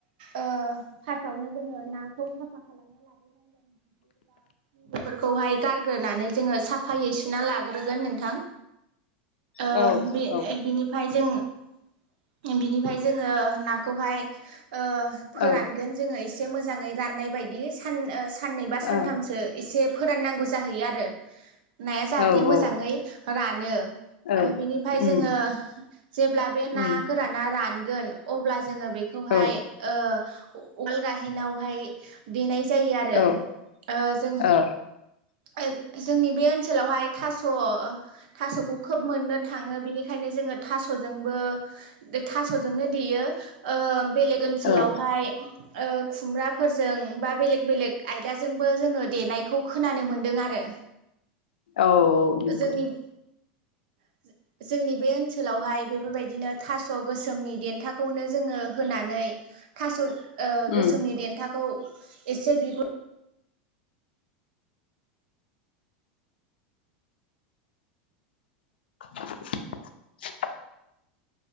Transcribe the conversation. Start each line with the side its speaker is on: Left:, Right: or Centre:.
Right: ओ फार्स्टआवनो जोङो नाखौ साफा खालामना लाग्रोनांगोन गिदिर बा खि बेफोरखौहाय गारग्रोनानै जोङो साफायै सुना लाग्रोगोन नोंथां ओ
Left: औ
Right: बे
Left: औ
Right: बिनिफ्राय जों बिनिफ्राय जोङो नाखौहाय ओ फोरानगोन
Left: औ
Right: जोङो एसे इसे मोजांयै राननाय बादि सान ओ सान साननै बा
Left: औ
Right: सानथामसो एसे फोराननांगौ जाहैयो आरो नाया जाहाथे
Left: औ
Right: मोजाङै
Left: औ
Right: रानो
Left: औ
Right: ओ बिनिफ्राय
Left: उम
Right: जोङो जेब्ला बे ना
Left: उम
Right: गोराना रान गोन अब्ला जोङो बेखौहाय
Left: औ
Right: ओ उवाल गाहेनआव बेहाय देनाय जायो आरो
Left: औ
Right: ओ जों
Left: औ
Right: ओ जोंनि बे ओनसोलावहाय थास' थास'खौ खोब मोननो थाङो बिनिखायनो जोङो थास'जोंबो थास'जोंनो देयो ओ बेलेग ओनसोलावहाय
Left: औ
Right: ओ खुमब्रा फोरजों बा बेलेग बेलेग आयदाजोंबो जोङो देनायखौखो खोनानो मोन्दों आरो
Left: औ औ नंगौ।
Right: जोंनि <inaudible> जोंनि बे ओनसोलावहाय बेफोरबायदिनो थास' गोसोमनि देन्थाखौनो जोङो होनानै थास' ओ
Left: उम
Right: गोसोमनि देनथा खौ एसे बिगुर
Left: <inaudible>